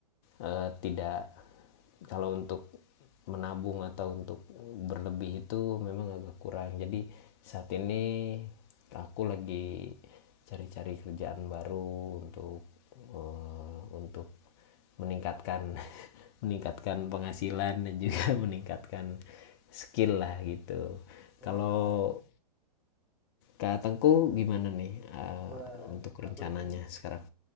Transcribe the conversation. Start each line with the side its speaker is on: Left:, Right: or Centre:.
Left: eh, tidak kalau untuk menabung atau untuk berlebih itu memang agak kurang jadi saat ini aku lagi cari-cari kerjaan baru untuk eh, untuk meningkatkan <laughs> meningkatkan penghasilan dan juga <laughs> meningkatkan skill lah gitu
Centre: Wah,
Left: kalau Kak Tengku gimana nih eh,
Centre: wah,
Left: untuk rencananya
Centre: aku nih
Left: sekarang